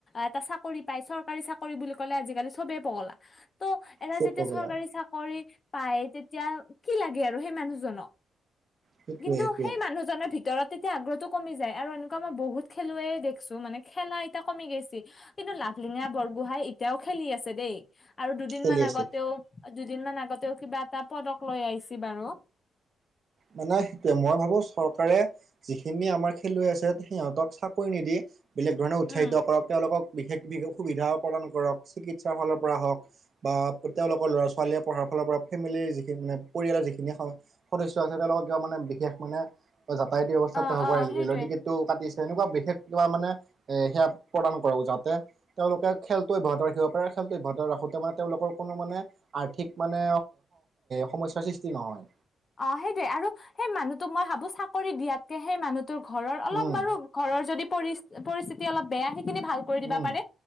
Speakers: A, on the left; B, on the right.
A: এটা চাকৰি পাই চৰকাৰী চাকৰি বুলি কলে আজিকালি চবেই পগলা ত এটা
B: চব
A: যেতিয়া
B: কৈ গ'লা
A: চৰকাৰী চাকৰি পায় তেতিয়া কি লাগে আৰু সেই মানুহজনক।
B: সেইটোৱে
A: কিন্তু
B: সেইটোৱে
A: সেই মানুহজনৰ ভিতৰত তেতিয়া আগ্ৰহটো কমি যায় আৰু এনেকুৱা মই বহুত খেলুৱে দেখ দেছো মানে খেলা এতিয়া কমি গৈছে কিন্তু লাভলিঙা বৰগোহাঁই এতিয়াও খেলি আছে দেই। আৰু দুদিন
B: খেলি
A: মান
B: আছে
A: আগতেও, দুদিনমান আগতেও কিবা এটা পদক লৈ আহিছ বাৰু।
B: মানে সেইটোয়ে মই ভাবো চৰকাৰে। যিখিনি আমাৰ খেলুৱৈ আছে সিহঁতক চাকৰি নিদি বেলেগ ধৰণে উৎসাহিত
A: উম
B: কৰক তেওঁলোকক বিশেষ, বিশষ সুবিধাও প্ৰদান কৰক চিকিৎসাৰ ফালৰ পৰা হওক। বা তেওঁলোকৰ ল'ৰা-ছোৱালীয়ে পঢ়াৰ ফালৰ পৰা ফেমিলিৰ যিখিনি মানে পৰিয়ালৰ যিখিনি হয়। তেওঁলোক ক মানে বিশেষ মানে যাতায়তা অৱস্থা
A: অ
B: হক
A: অ
B: বা
A: সেইটোয়ে
B: ৰেলৰ টিক টো কাটিছে এনেকুৱা বিশেষ কিবা মানে এ সেয়া প্ৰদান কৰক যাতে তেওঁলোকে খেলটো অভ্যাহত ৰাখিব পাৰে খেলটো অভ্যাহত ৰাখোতে মে তেওঁলোকৰ কোনো মানে আৰ্থিক মানে সমস্যয়াৰ সৃষ্টি নহয়।
A: অ, সেইটোৱে আৰু সেই মানুহটোক মই ভাবো চাকৰি দিয়াতকে সেই মানুহটোৰ ঘৰৰ অলপ
B: উম
A: বাৰু ঘৰৰ যদি পৰি পৰিস্থিতি অলপ বেয়া সেইখিনি ভাল কৰি দিবা
B: উম
A: পাৰে।